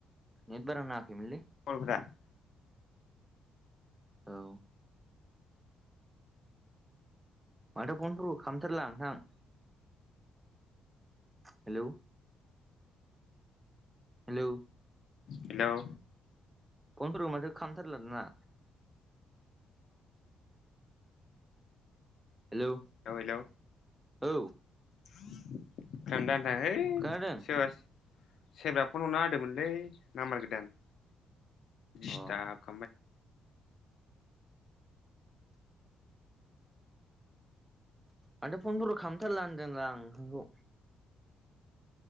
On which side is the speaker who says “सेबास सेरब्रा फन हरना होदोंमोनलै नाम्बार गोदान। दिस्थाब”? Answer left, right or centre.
Left